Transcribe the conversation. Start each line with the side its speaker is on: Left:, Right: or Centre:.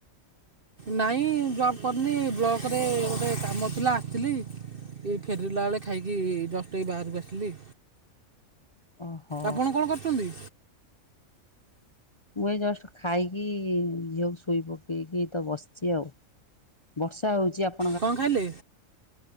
Right: ନାଇଁ ଜବ୍ କରିନି, ଏଇ ବ୍ଲକ୍ ରେ ଗୋଟେ କାମ ଥିଲା, ଆସିଥିଲି। ଏଇ ଫେରିଲା ବେଳେ ଖାଇକି ଜଷ୍ଟ ଏଇ ବାହାରକୁ ଆସିଲି।
Left: ଓହୋ
Right: ଆପଣ କଣ କରୁଚନ୍ତି?
Left: ମୁଁ ଏଇ ଜଷ୍ଟ ଖାଇକି ଝିଅକୁ ଶୋଇ ପକେଇକି ତ ବସିଛି ଆଉ। ବର୍ଷା ହଉଚି ଆପ୍
Right: କଣ ଖାଇଲେ